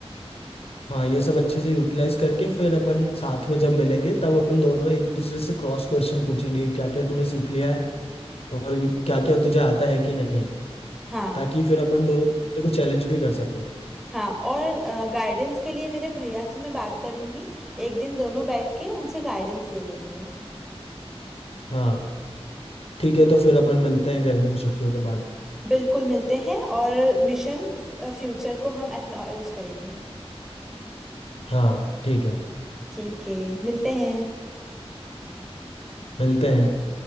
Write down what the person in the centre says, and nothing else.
हाँ
हाँ और गाइडेंस के लिए मेरे भैया से मैं बात करूंगी एक दिन दोनों बैठ के उनसे गाइडेंस ले लेंगे
बिल्कुल मिलते हैं और मिशन फ्यूचर को हम एक्नॉलेज करेंगे
ठीक है मिलते हैं